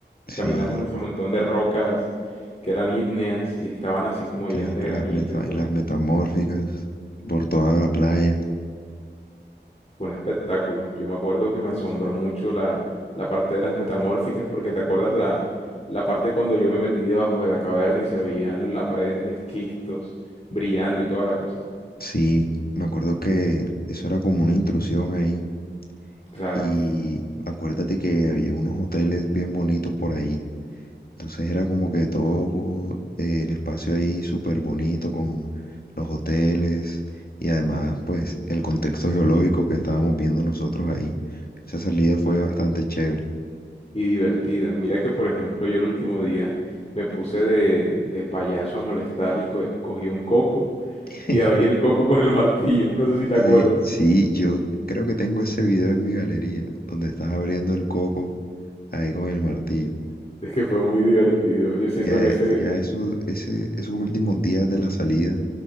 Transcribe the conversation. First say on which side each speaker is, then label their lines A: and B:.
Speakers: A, on the left (about 55°); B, on the left (about 35°).
A: sí,
B: Y caminamos ese montón de rocas que eran ígneas y estaban así como
A: te-
B: llenas de granito
A: las meta-
B: y todo.
A: las metamórficas por toda la playa.
B: Fue un espectáculo. Yo me acuerdo que me asombró mucho la, la parte de las metamórficas, porque te acuerdas la, la parte cuando yo me metí debajo de la caverna y se veían las paredes de esquistos brillando y toda la cosa.
A: Sí, me acuerdo que eso era como una intrusión ahí.
B: Claro,
A: Y acuérdate que había unos hoteles bien bonitos por ahí. Entonces era como que todo eh, el espacio ahí súper bonito con los hoteles y además pues el contexto geológico que estábamos viendo nosotros ahí. Esa salida fue bastante chévere.
B: y divertida. Mira que, por ejemplo, yo el último día me puse de, de payaso a molestar y co- cogí un coco
A: <laughs>
B: y abrí el coco con el martillo. No sé si te
A: Sí,
B: acuerdas.
A: sí, yo creo que tengo ese video en mi galería donde estás abriendo el coco ahí con el martillo.
B: Es que fue muy divertido. Yo siento
A: Ya,
B: que ese,
A: ya eso, ese, esos últimos días de la salida